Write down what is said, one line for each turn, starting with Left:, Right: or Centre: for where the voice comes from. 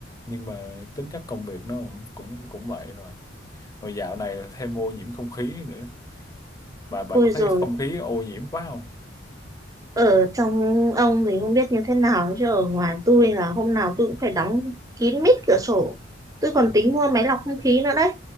Left: nhưng mà tính chất công việc nó cũng cũng cũng vậy rồi rồi dạo này thêm ô nhiễm không khí nữa bà bà
Right: ôi
Left: có thấy
Right: rồi
Left: không khí ô nhiễm quá không
Right: ở trong ông thì không biết như thế nào chứ ở ngoài tôi là hôm nào tôi cũng phải đóng kín mít cửa sổ tôi còn
Left: ừ
Right: tính mua máy lọc không khí nữa đấy